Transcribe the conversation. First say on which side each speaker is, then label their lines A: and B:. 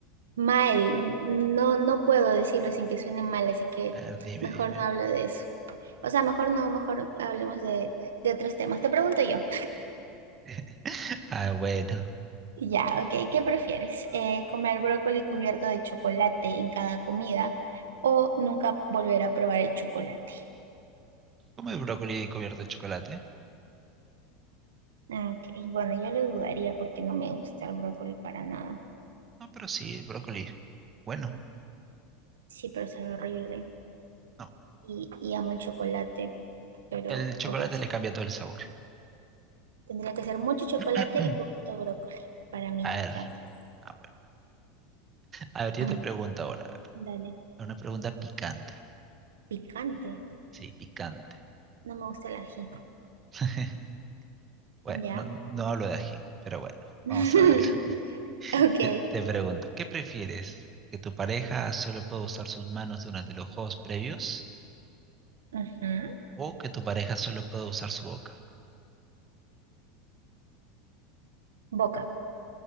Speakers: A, on the right (about 65°); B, on the right (about 25°).
A: mal. No, no puedo decirlo sin que suene mal, así que
B: A ver, dime,
A: mejor
B: dime.
A: no hablo de eso. O sea, mejor no, mejor hablemos de, de otros temas. Te pregunto yo.
B: <laughs> Ah, bueno.
A: Ya, ok, ¿qué prefieres? Eh, ¿comer brócoli cubierto de chocolate en cada comida o nunca volver a probar el chocolate?
B: ¿Comes brócoli cubierto de chocolate?
A: Ah, Ok, bueno, yo lo dudaría porque no me gusta el brócoli para nada.
B: No, pero sí, el brócoli. Bueno,
A: Sí, pero sabe horrible.
B: no.
A: y, y amo el chocolate, pero
B: El chocolate
A: por eso
B: le cambia todo el sabor.
A: tendría que ser mucho chocolate
B: <clears throat>
A: y poquito brócoli para mí,
B: A ver.
A: gracias.
B: Ah, bueno. A ver, yo
A: Mm,
B: te pregunto ahora, a ver.
A: Dale,
B: Una pregunta picante.
A: picante,
B: Sí, picante.
A: no me gusta el ají,
B: <laughs> Bueno,
A: ya.
B: no, no hablo de ají, pero bueno,
A: <laughs>
B: vamos a darle. <laughs>
A: Ok,
B: Yo te pregunto, ¿qué prefieres? ¿Que tu pareja solo pueda usar sus manos durante los juegos previos?
A: ujú.
B: ¿O que tu pareja solo pueda usar su boca?
A: Boca,